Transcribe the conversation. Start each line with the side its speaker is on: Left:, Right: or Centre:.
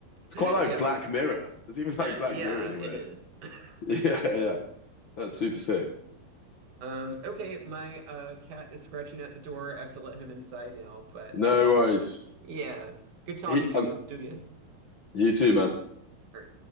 Left: It's
Right: Yeah.
Left: quite like Black Mirror. It's even
Right: Uh,
Left: like Black
Right: yeah,
Left: Mirror in a
Right: it
Left: way.
Right: is. <laughs>
Left: <laughs> Yeah, yeah. That's super sick.
Right: Um, okay, my uh cat is scratching at the door. I have to let him inside now, but
Left: No
Right: uh
Left: worries.
Right: yeah, good talking
Left: He,
Right: to
Left: um,
Right: you. Let's do it again.
Left: you too, man.
Right: All right.